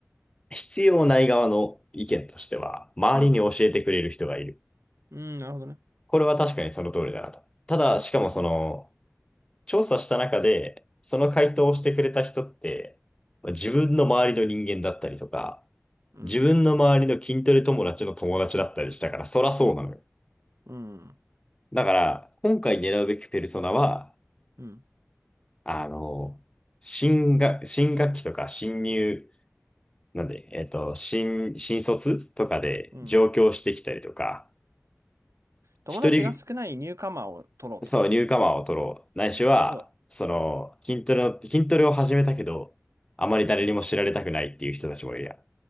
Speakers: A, on the left; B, on the right.
A: 必要ない側の意見としては、周りに教えてくれる人がいる。
B: うん。うん、なるほどね。
A: これは確かにその通りだなと。ただ、しかもその、
B: うん。
A: 調査した中で、その回答をしてくれた人って、まあ自分の周りの人間だったりとか、
B: うん。
A: 自分の周りの筋トレ友達の友達だったりしたから、そらそうなのよ。
B: うん。
A: だから、今回狙うべきペルソナは、
B: うん。
A: あの、新学、新学期とか新入、なんで、えっと、新、新卒とかで上京してきたりとか、
B: うん。友達が少ないニューカマーを取ろうと。
A: 一人そう、ニューカマーを取ろう。ないしは、
B: なるほど。
A: その、筋トレの、筋トレを始めたけど、あまり誰にも知られたくないっていう人たちもいるやん。